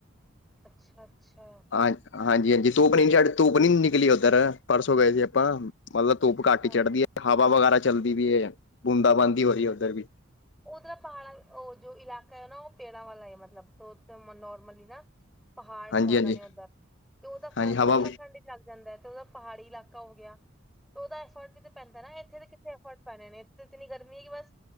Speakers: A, in the centre; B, on the left.
A: ਅੱਛਾ, ਅੱਛਾ
B: ਹਾਂਜੀ ਹਾਂਜੀ ਧੂਪ ਨ ਧੂਪ ਨਹੀਂ ਨਿਕਲੀ ਉਧਰ ਪਰਸੋਂ ਗਏ ਸੀ ਆਪਾਂ ਮਤਲਬ ਧੁੱਪ
A: ਅੱਛਾ
B: ਘੱਟ ਹੀ ਚੜਦੀ ਏ ਹਵਾ ਵਗੈਰਾ ਚੱਲਦੀ ਵੀ ਏ ਬੂੰਦਾ ਬਾਂਦੀ ਹੋ ਰਹੀ ਏ ਉੱਧਰ ਵੀ
A: ਉਧਰ ਪਹਾੜਾਂ ਜੋ ਇਲਾਕਾ ਹੈ ਨਾ ਉਹ ਪੇੜਾਂ ਵਾਲਾ ਹੈ ਮਤਲਬ ਨੋਰਮਲੀ ਨਾ ਪਹਾੜ
B: ਹਾਂਜੀ
A: ਜ਼ਿਆਦਾ
B: ਹਾਂਜੀ
A: ਨੇ ਉੱਧਰ ਤੇ ਉਹਦਾ
B: ਹਾਂਜੀ
A: ਫੇਰ
B: ਹਵਾ
A: ਉਤਰਾਖੰਡੱਗ ਦਾ ਜਾਂਦਾ ਤੇ ਉਹਦਾ ਪਹਾੜੀ ਇਲਾਕਾ ਹੋ ਗਿਆ ਤੇ ਉਹਦਾ ਫ਼ਰਕ ਤੇ ਪੈਂਦਾ ਨਾ ਇੱਥੇ ਤਾਂ ਕਿੱਥੇ ਫ਼ਰਕ ਪੈਣੇ ਨੇ ਇਥੇ ਤਾਂ ਇੰਨੀ ਗਰਮੀ ਏ ਕਿ ਬਸ